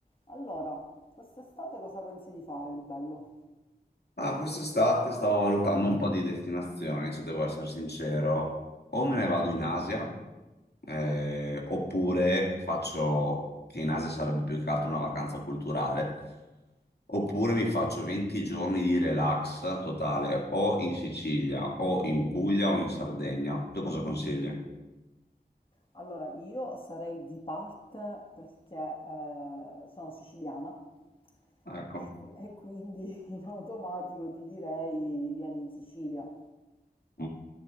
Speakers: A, on the left; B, on the left.
A: Allora, quest'estate cosa pensi di fare di bello?
B: Ah, quest'estate stavo valutando un po' di destinazioni, se devo essere sincero. O me ne vado in Asia, eh, oppure faccio, che in Asia sarebbe più che altro una vacanza culturale, oppure mi faccio 20 giorni di relax totale o in Sicilia, o in Puglia, o in Sardegna. Tu cosa consigli?
A: Allora, io sarei di parte perché eh, sono siciliana
B: Ecco,
A: <laughs> e, qui- e quindi <laughs> in automatico ti direi vieni in Sicilia.
B: una